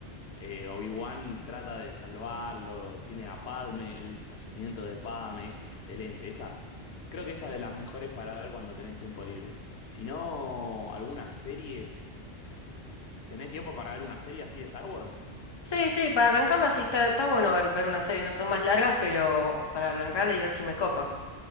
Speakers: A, on the left; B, on the left.
A: Eh, Obi-Wan trata de salvarlo, tiene a Padme, el fallecimiento de Padme es excelente. Esa, creo que esa es de las mejores para ver cuando tenés tiempo libre. Si no, alguna serie, ¿tenés tiempo para ver una serie así de Star Wars?
B: Sí, sí, para arrancarla sí está, está bueno ver, ver una serie, no son más largas, pero para arrancarla y ver si me copa.